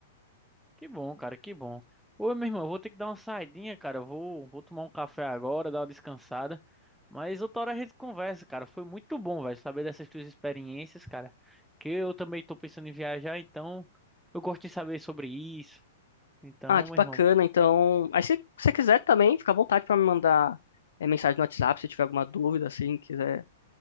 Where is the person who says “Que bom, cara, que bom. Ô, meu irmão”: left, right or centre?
Centre